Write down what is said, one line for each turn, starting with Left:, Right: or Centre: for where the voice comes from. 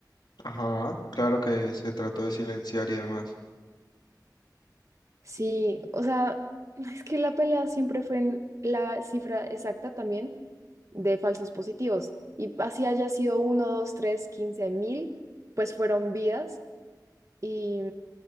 Left: Ajá, claro que se trató de silenciar y demás.
Right: Sí, o sea, <laughs> es que la pelea siempre fue en la cifra exacta también de falsos positivos. Y así haya sido uno, 2, 3, quince mil, pues fueron vidas y,